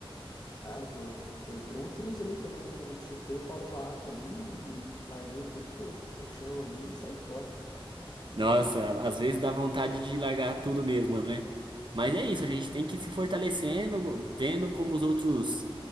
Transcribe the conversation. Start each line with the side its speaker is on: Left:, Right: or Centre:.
Left: Cara, por- foi por um triz ali que eu não chutei o pau da barraca ali e larguei tudo pro, pro chão ali e saí fora.
Right: Nossa, às vezes dá vontade de largar tudo mesmo, né? Mas é isso, a gente tem que ir se fortalecendo, vendo como os outros